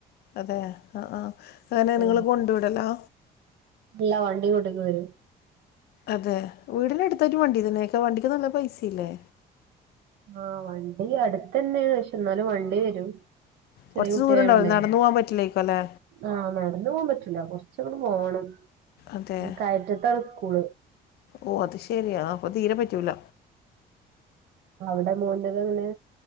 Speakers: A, on the left; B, on the right.
A: അതെ ആഹ് ആഹ് അങ്ങനെ
B: ആ
A: നിങ്ങള് കൊണ്ടു വിടല്ലോ!
B: അല്ല വണ്ടി ഇങ്ങോട്ട് കൊണ്ടുവരും.
A: അതെ! വീടിനടുത്തൊരു വണ്ടി തന്നെ! വണ്ടിക്ക് നല്ല പൈസയില്ലേ?
B: ആഹ്! വണ്ടി അടുത്തുതന്നെ യാണ്. പക്ഷെ എന്നാലും വണ്ടി വരും. ചെറിയ
A: കുറച്ച്
B: കുട്ടിയായോണ്ടേ
A: ദൂരം ഉണ്ടാവില്ലെ? നടന്നു പോകാൻ പറ്റില്ലായിക്കും അല്ലേ?
B: ആഹ്! നടന്ന് പോകാൻ പറ്റൂല്ല. കുറച്ചങ്ങടെ പോണം.
A: അതെ
B: കയറ്റത്താണ് സ്കൂള്.
A: ഓ അത് ശരിയാ! അപ്പൊ തീരെ പറ്റൂല.
B: അവിടെ മോൻ്റെതെങ്ങനാ?